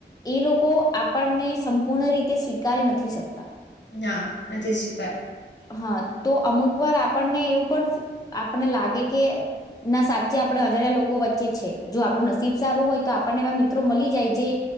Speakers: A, on the left (about 20°); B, on the left (about 70°).
A: એ લોકો આપણને સંપૂર્ણ રીતે સ્વીકારી નથી શકતા
B: હા નથી થયું
A: હા તો અમુક વાર આપણને એવું પણ આપને લાગે કે ના સાચે આપણે અજાણ્યા લોકો વચ્ચે છે જો આપણું નસીબ સારું હોય તો આપણને એવા મિત્રો મળી જાય જે